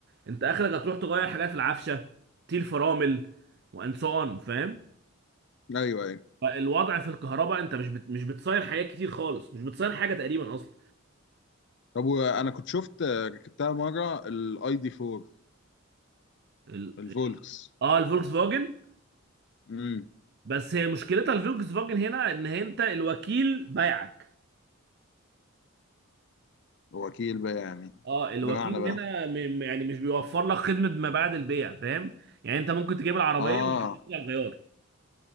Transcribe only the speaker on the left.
ايوه ايوه
طب وانا كنت شفت آه، ركبتها مره الاي دي 4
الفولكس
امم
وكيل بقى يعني
بمعنى بقى
اه